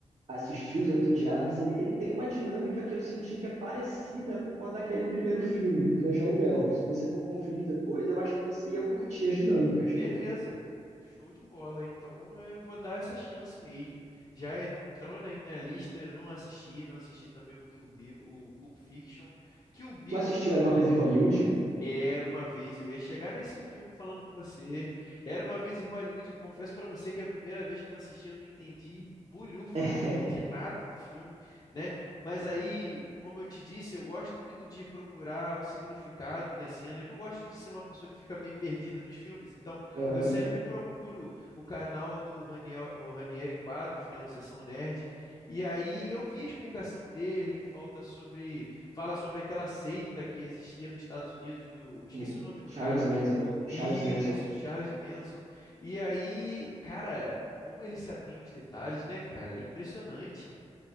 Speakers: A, on the right (about 55°); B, on the left (about 35°).
A: assistir Os Oito Odiados, ele, ele tem uma dinâmica que eu senti que é parecida com a daquele primeiro filme, do Cães de Aluguel. Se você for conferir depois, eu acho que você ia curtir as dinâmicas.
B: Beleza, show de bola. Então eh, eu vou dar essa chance mesmo. Já entrou na minha lista, eu não assisti. Não assisti também o Kill Bill, o Pulp Fiction. Kill Bill,
A: Tu assistiu Era Uma Vez em Hollywood?
B: Era uma vez, eu ia chegar nesse filme falando com você. Era uma vez em Hollywood, eu confesso pra você que é a primeira vez que eu assisti, eu não entendi bulhufas,
A: <laughs>
B: não entendi nada do filme, né? Mas aí, como eu te disse, eu gosto muito de procurar o significado das cenas. Não gosto de ser uma pessoa que fica meio perdida nos filmes, então
A: Aham.
B: eu sempre procuro o canal do Raniel, o Ranieri Quadros, né, o Sessão Nerd, e aí eu vi a explicação dele que falta sobre Fala sobre aquela seita que existia nos Estados Unidos do. Esqueci
A: Hum.
B: o nome do
A: Charles
B: cara.
A: Manson. Charles
B: Isso,
A: Manson.
B: Charles Manson. E aí, cara, como ele se atém aos detalhes, né, cara? É impressionante.